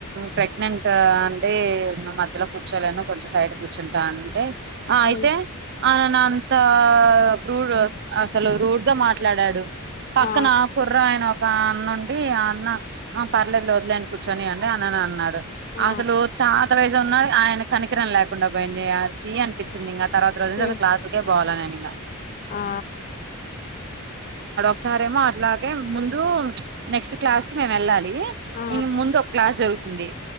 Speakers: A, on the right; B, on the left.
A: ప్రెగ్నెంట్ అంటే అయితే నేను మధ్యలో కూర్చోలేను కొంచెం సైడ్ కూర్చుంటా అంటే ఆ
B: ఉమ్
A: అయితే ఆయాన అంతా రూడ్ అసలు రూడ్గా మాట్లాడాడు పక్కన
B: ఆ
A: కు ఒక అన్నుండి ఆ అన్న పర్లేదు లే వదిలేయంది కూర్చొనీ అండి అన్న అన్నాడు
B: ఆ
A: అసలు తాత వయసు ఉన్నాడు ఆయన కనికరం లేకుండా పోయింది ఆ చీ అనిపించింది ఇంకా తర్వాత రోజు నుంచి
B: చె
A: అసలు క్లాస్కే పోలేను ఇక
B: ఆ
A: ఒక సారేమో అట్లాగే ముందు నెక్స్ట్ క్లాస్ కి మేము వెళ్ళాలి
B: ఆ
A: ఇ ముందు ఒక క్లాస్ జరుగుతుంది